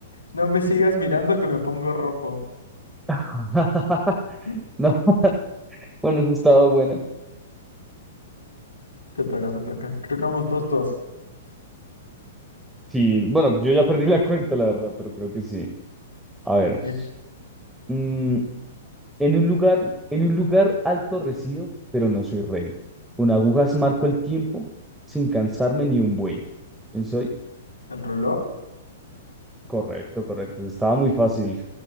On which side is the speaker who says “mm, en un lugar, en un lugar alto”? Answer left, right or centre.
Centre